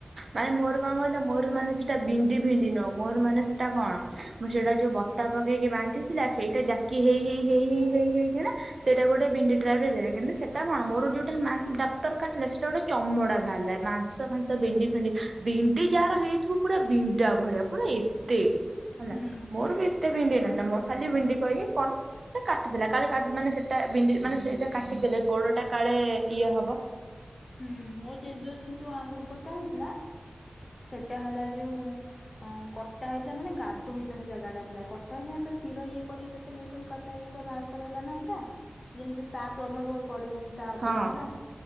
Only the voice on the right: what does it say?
ମାନେ ମୋର କଣ କହିଲ ମୋର ମାନେ ସେଟା ବିଣ୍ଡି ଫିଣ୍ଡି ନୁହଁ ମୋର ମାନେ ସେଟା କଣ ମୁଁ ସେଇଟା ଯୋଉ ବ ତା ପକେଇକି ବାନ୍ଧିଥିଲା ସେଇଟା ଜାକି ହେଇ ହେଇ ହେଇ ହେଇ ହେଇ ହେଇକିନା ସେଇଟା ଗୋଟେ ବିଣ୍ଡି ଟ୍ରାଇପ୍ ରେ ଦେଲେ କିନ୍ତୁ ସେ ତା କଣ ମୋର ଯୋଉଟା ମାନ୍ ଡକ୍ଟର କାଟିଲେ ସେଟା ଗୋଟେ ଚମଡା ବାହାରିଲା ମାଂସ ଫାଂସ ବିଣ୍ଡି ବିଣ୍ଡି ବିଣ୍ଡି ଯାହାର ହେଇଥିବ ପୁରା ବିଣ୍ଡା ଭଳିଆ ପୁରା ଏତେ ହେଲା
ମୋର ବି ଏତେ ବିଣ୍ଡି ହେଇନଥିଲା ମୋର ଖାଲି ବିଣ୍ଡି କହକି କନ୍ ସେ କାଟିଦେଲା କାଳେ କାଟି ମାନେ ସେଟା ବିଣ୍ଡି ମାନେ ସେଇଟା କାଟିଦେଲେ ଗୋଡଟା କାଳେ ଇଏ ହବ?
ହଁ